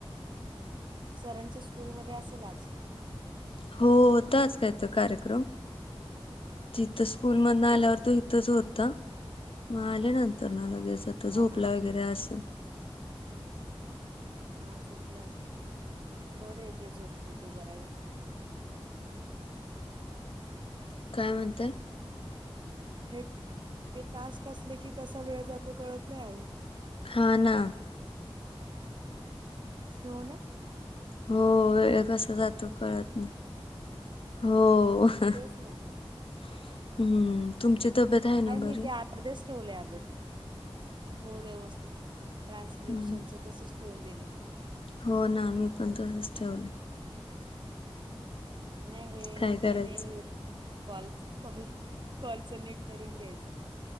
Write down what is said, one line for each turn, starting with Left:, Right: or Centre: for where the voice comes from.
Right: सरांच्या स्कूलमध्ये असेल आज.
Left: हो होता आज काय त कार्यक्रम तिथं स्कूल मधन
Right: तेच
Left: आल्यावर
Right: ना.
Left: तो इथ- तिथंच होतं, मग आल्या नंतर ना लगेच आता झोपला
Right: हां, हां.
Left: वगैरे असेल.
Right: हा झोपला असेल. बरं हे ते झोपतो ते जरा वेळ.
Left: काय म्हणताय?
Right: हे-हे टास्क असले की, कसा वेळ जातो कळत नाही अगं.
Left: हा-ना.
Right: सोना.
Left: हो, वेळ कसं जातो कळत नाही. हो. <inaudible>
Right: तेच ना.
Left: हम्म, तुमची तब्येत आहे ना
Right: अय मी
Left: बरी?
Right: ते अर्धेच ठेवले अगं. हो व्यवस्थित, ट्रान्क्रिपशन
Left: हम्म.
Right: चं तसच ठेवून दिलं मी.
Left: हो ना, मी पण तसच ठेवलं.
Right: नाय हे-हे
Left: काय करायचं
Right: मेन हे, हे कॉल-कॉल-कॉलचं नीट करून घ्यायचं.